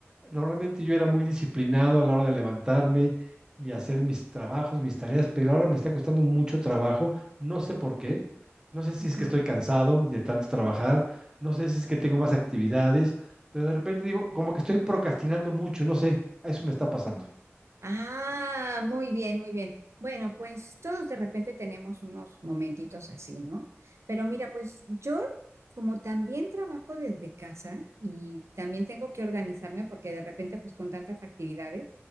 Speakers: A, on the right (about 15°); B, on the right (about 75°).
A: Normalmente yo era muy disciplinado a la hora de levantarme y hacer mis trabajos, mis tareas, pero ahora me está costando mucho trabajo. No sé por qué. No sé si
B: Ujú.
A: es que estoy cansado de tanto trabajar. No sé si es que tengo más actividades, pero de repente digo, como que estoy procrastinando mucho. No sé, a eso me está pasando.
B: Ah, muy bien, muy bien. Bueno, pues todos de repente tenemos unos momentitos así, ¿no? Pero mira, pues yo como también trabajo desde casa y también tengo que organizarme porque de repente pues con tantas actividades,